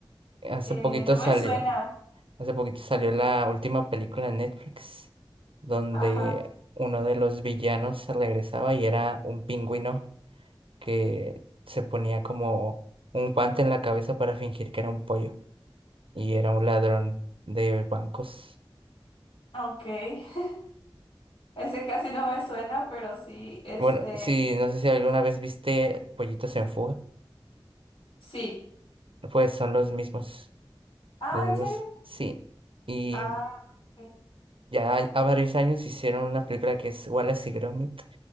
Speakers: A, on the right; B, on the left.
A: Hace
B: Eh,
A: poquito
B: no me
A: salió,
B: suena.
A: hace poquito salió la última película de Netflix, donde
B: Ajá,
A: uno de los villanos regresaba y era un pingüino que se ponía como un guante en la cabeza para fingir que era un pollo y era un ladrón de bancos.
B: ah, ok. <laughs> Ese casi no me suena, pero sí, este,
A: Bueno, sí, no sé si alguna vez viste Pollitos en Fuga,
B: sí.
A: pues son los mismos,
B: Ah,
A: los mismos,
B: ¿en serio?
A: sí. Y
B: Ah, ok.
A: ya hay- a varios años hicieron una película que es Wallace y Gromit,